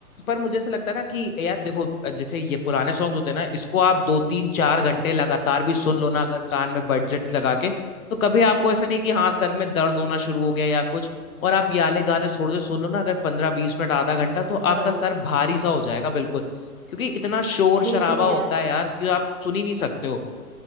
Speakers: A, on the left (about 60°); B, on the right (about 55°).
A: पर मुझे ऐसा लगता है ना कि यार देखो जैसे ये पुराने सॉन्ग्स होते हैं ना इसको आप दो तीन चार घंटे लगातार भी सुन लो ना अगर कान में बजट लगा के तो कभी आपको
B: <laughs>
A: ऐसा नहीं कि
B: हाँ
A: हाँ सर में दर्द होना शुरू हो गया या कुछ और आप ये वाले गाने थोड़े से सुन लो ना अगर पंद्रह बीस मिनट आधा घंटा तो आपका
B: बस
A: सर भारी सा हो जाएगा बिल्कुल क्योंकि इतना शोर शराबा
B: बिल्कुल यार
A: होता है यार कि आप सुन ही नहीं सकते हो